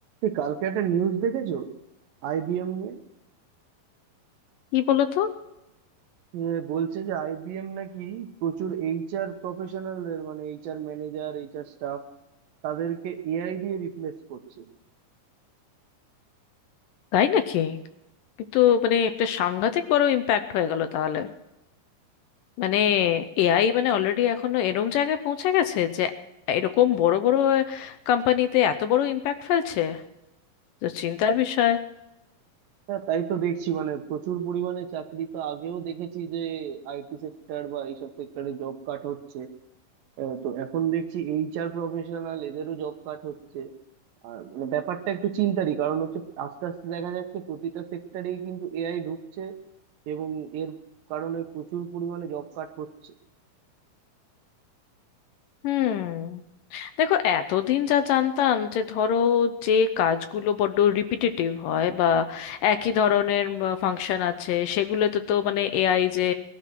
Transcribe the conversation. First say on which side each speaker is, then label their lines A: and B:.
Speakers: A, on the right; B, on the left.
A: এই কালকে একটা নিউজ দেখেছো আইবিএম নিয়ে
B: কি বলো তো
A: যে বলছে যে আইবিএম নাকি প্রচুর এইচআর প্রফেশনালদের মানে এইচআর ম্যানেজার এইচআর স্টাফ তাদেরকে এআই দিয়ে রিপ্লেস করছে
B: তাই নাকি কিন্তু মানে একটা সাংঘাতিক বড় ইম্প্যাক্ট হয়ে গেল তাহলে মানে এআই মানে অলরেডি এখনো এরম জায়গায় পৌঁছে গেছে যে এরকম বড় বড় কোম্পানিতে এত বড় ইম্প্যাক্ট ফেলছে তো চিন্তার বিষয়
A: হ্যাঁ তাই তো দেখছি মানে প্রচুর পরিমাণে চাকরি তো আগেও দেখেছি যে আইটি সেক্টর বা এইসব সেক্টরে জব কাট হচ্ছে আহ, তো এখন দেখছি এইচআর প্রফেশনাল এদেরও জব কাট হচ্ছে আর মানে ব্যাপারটা একটু চিন্তারই কারণ হচ্ছে আস্তে আস্তে দেখা যাচ্ছে প্রতিটা সেক্টরেই কিন্তু এআই ঢুকছে এবং এর কারণে প্রচুর পরিমাণে জব কাট হচ্ছে
B: হুম দেখো এতদিন যা জানতাম যে ধরো যে কাজগুলো বড্ড রিপিটেটিভ হয় বা একই ধরনের ফাংশন আছে সেগুলোতে তো মানে এআই যে